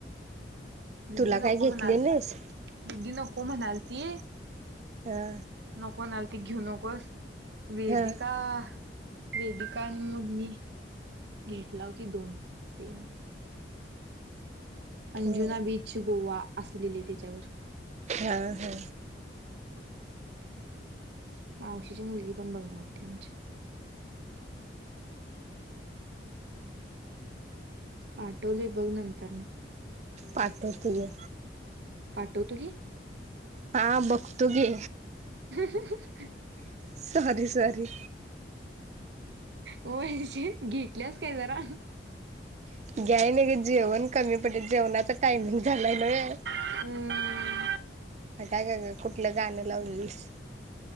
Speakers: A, on the right (about 70°); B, on the right (about 40°).
A: दिदी
B: तुला
A: नको
B: काय घेतले
A: म्हणाल
B: नाहीस
A: दिदी नकोम हणालती ये
B: हा
A: कोणा आलती घेऊ नकोस वेदी
B: हा
A: का वेदिका आणि मग मी घेतलाव की दोन सेमच अंजुना
B: हो
A: बीच गोवा असलेली तिच्यावर
B: हा हा
A: मावशीची मुलगी पण बघणारती आमच्या पाठवले बघ नंतर न
B: पाठवतो ग
A: पाठवतु की
B: हा भघतो घे
A: हहहहहहहह
B: सॉरी सॉरी
A: होय जे घेतल्यासस काय जरा
B: घ्याय नाही ग जेवण कमी पडेे जेवणाचा टाइमिंग झालाय ना या
A: अ
B: अगं अगं काय का ग कुठलं गाणं णं लावलेलीस